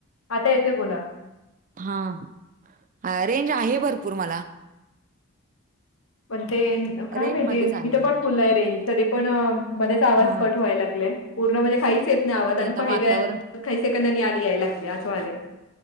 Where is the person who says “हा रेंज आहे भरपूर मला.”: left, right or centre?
Right